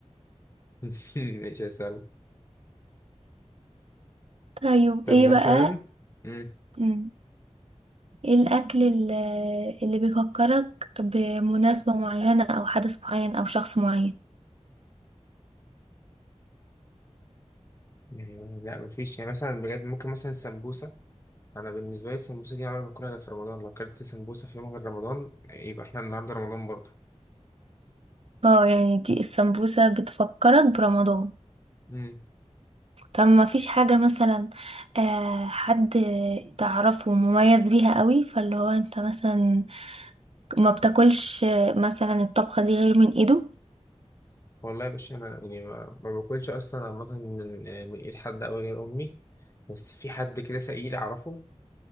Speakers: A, on the left (about 25°); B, on the right (about 55°).
A: <laughs> مش هسألك
B: طيب
A: طب
B: ايه
A: مثلا
B: بقى
A: مم.
B: مم. ايه الأكل ال- اللي بيفكرك بمناسبة معينة أو حدث معين أو شخص معين
A: يعني لا مفيش يعني مثلا بجد ممكن مثلا السمبوسه انا بالنسبه لي السمبوسه دي عمري ما باكلها غير في رمضان لو اكلت سمبوسه في يوم غير رمضان يبقى احنا النهارده رمضان برضه
B: اه يعني دي السمبوسة بتفكرك برمضان
A: مم.
B: طب ما فيش حاجة مثلا آه حد تعرفه مميز بيها قوي فاللي هو انت مثلا ما بتاكلش آه، مثلا الطبخة دي غير من ايده
A: والله يا باشا انا يعني ما, ما باكلش اصلا عامه من من ايد حد او غير امي بس في حد كده سئيل اعرفه